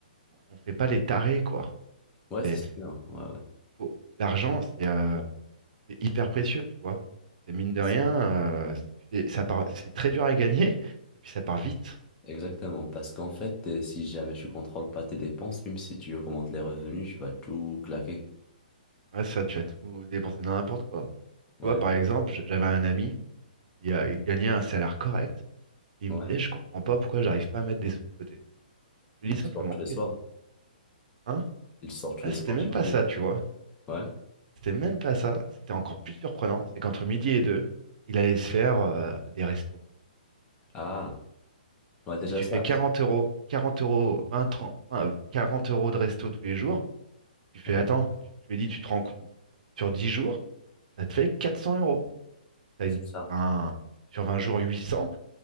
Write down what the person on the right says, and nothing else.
On, on fait pas les tarés, quoi.
C'est-
faut- L'argent, c'est euh, c'est hyper précieux, tu vois. C'est mine de
rien,
euh, si tu dé- ça part, c'est très dur à gagner et puis ça part vite.
Ah, ça, tu as tout dépensé dans n'importe quoi. Tu
vois, par exemple, j- j'avais un ami, il, a- il gagnait un salaire correct, et il
me disait, je comprends pas pourquoi j'arrive pas à mettre des sous de côté. Je lui
dis simplement,
que- hein?
Là,
c'était même
pas ça, tu vois.
C'était même pas ça. C'était encore plus surprenant, c'est qu'entre midi et deux, il allait se faire euh, des restos.
Et tu
fais 40 euros, 40 euros, 20 30 20, 40 euros de resto tous les jours. Tu fais,
attends, tu- je lui ai dit, tu te rends compte, sur 10 jours, ça te fait 400 euros. T'as
une,
un- sur 20 jours, huit cents